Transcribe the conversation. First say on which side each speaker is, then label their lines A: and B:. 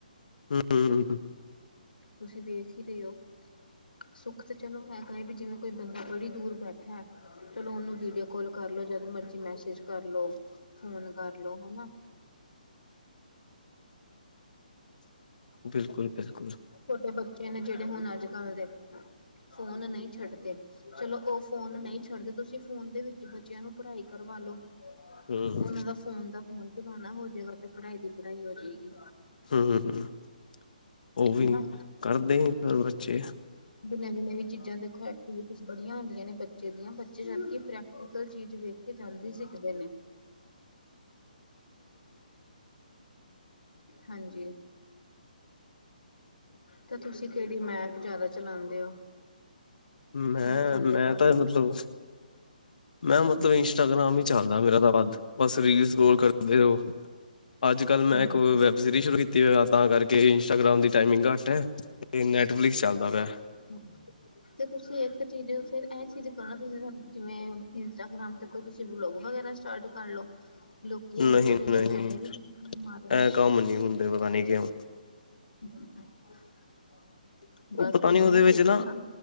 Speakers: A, on the left; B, on the left.
A: ਹੂੰ।
B: ਤੁਸੀਂ ਵੇਖ ਹੀ ਰਹੇ ਓ! ਸੁੱਖ ਤਾਂ ਚਲੋ ਹੈਗਾ ਐ, ਵੀ ਜਿਵੇਂ ਕੋਈ ਬੰਦਾ ਬੜੀ ਦੂਰ ਬੈਠਾ ਐ ਚਲੋ ਉਹਨੂੰ ਵੀਡੀਓ ਕਾਲ ਕਰਲੋ ਜਦ ਮਰਜ਼ੀ ਮੈਸੇਜ ਕਰ ਲੋ। ਫੋਨ ਕਰਲੋ ਹਨਾ,
A: ਬਿਲਕੁਲ-ਬਿਲਕੁਲ।
B: ਛੋਟੇ ਬੱਚੇ ਨੇ ਜਿਹੜੇ ਹੁਣ ਅੱਜ-ਕੱਲ ਦੇ ਫੋਨ ਨਹੀ ਛੱਡਦੇ। ਚਲੋ ਉਹ ਫੋਨ ਨਹੀ ਛੱਡਦੇ ਤੁਸੀਂ ਫੋਨ ਦੇ ਵਿੱਚ ਬੱਚਿਆਂ ਨੂੰ ਪੜ੍ਹਾਈ ਕਰਵਾਲੋ।
A: ਹਮ
B: ਉਹਨਾਂ ਦਾ ਫੋਨ ਦਾ ਫੋਨ ਬਣਾਨਾ ਹੋ ਜਾਏਗਾ ਤੇ ਪੜ੍ਹਾਈ ਦੀ ਪੜ੍ਹਾਈ ਹੋ ਜਾਏਗੀ।
A: ਹੂੰ, ਉਹ ਵੀ
B: ਹਨਾ
A: ਕਰਦੇ ਨੀ ਫਿਰ ਬੱਚੇ,
B: ਨਵੀਂ-ਨਵੀਂ ਚੀਜ਼ਾਂ ਦੇਖੋ ਐਕਟੀਵਿਟੀਇਜ ਬੜੀਆ ਹੁੰਦੀਆ ਨੇ ਬੱਚੇ ਦੀਆਂ ਬੱਚੇ ਜਦਕਿ ਪ੍ਰੈਕਟੀਕਲ ਚੀਜ਼ ਵੇ ਬੱਚੇ ਜਲਦੀ ਸਿੱਖਦੇ ਨੇ। ਹਾਂਜੀ। ਤਾਂ ਤੁਸੀਂ ਕਿਹੜੀ ਮੈਪ ਜ਼ਿਆਦਾ ਚਲਾਉਂਦੇ ਹੋ।
A: ਮੈਂ,
B: ਕੀ ਪਸੰਦ
A: ਮੈਂ
B: ਹੈ ਤੁਹਾਨੂੰ
A: ਤਾਂ ਮਤਲਬ, ਮੈਂ ਮਤਲਬ ਇੰਸਟਾਗ੍ਰਾਮ ਹੀ ਚੱਲਦਾ ਮੇਰਾ ਤਾਂ ਹੱਥ ਬਸ ਰੀਲਸ, ਸਕਰੋਲ ਕਰਦੇ ਓ ਅੱਜ-ਕੱਲ ਮੈਂ
B: ਹਮ
A: ਇੱਕ ਵੈੱਬ ਸੀਰੀਜ਼ ਸ਼ੁਰੂ ਕੀਤੀ ਹੋ ਤਾਂ ਕਰਕੇ ਇੰਸਟਾਗ੍ਰਾਮ ਦੀ, ਟਾਈਮਿੰਗ ਘੱਟ ਹੈ ਤੇ ਨੈੱਟ ਫਲਿਕਸ ਚੱਲਦਾ ਪਿਆ।
B: ਹਮ ਤੇ ਤੁਸੀਂ ਇੱਕ ਚੀਜ਼ ਫੇਰ ਇਹ ਚੀਜ਼ ਕਰਨਾ ਤੁਸੀਂ ਜਿਵੇਂ ਇੰਸਟਾਗ੍ਰਾਮ ਤੇ ਕੋਈ ਤੁਸੀਂ ਵਲੋਗ ਵਗੈਰਾ ਸਟਾਰਟ ਕਰ ਲੋ ਲੋਕੀ ਇਹ
A: ਨਹੀਂ
B: ਤੋਂ ਚੰਗੇ
A: ਨਹੀਂ
B: ਪੈਸੇ ਵੀ ਕਮਾ ਰਹੇ
A: ਇਹ
B: ਨੇ।
A: ਕੰਮ ਨੀ ਹੁੰਦਾ। ਪਤਾ ਨੀ ਕਿਉਂ।
B: <inaudible> ਬਸ
A: ਪਤਾ
B: ਹੋਈਆਂ
A: ਨੀ ਉਹਦੇ ਵਿੱਚ
B: ਵੇਖਣਾ
A: ਨਾ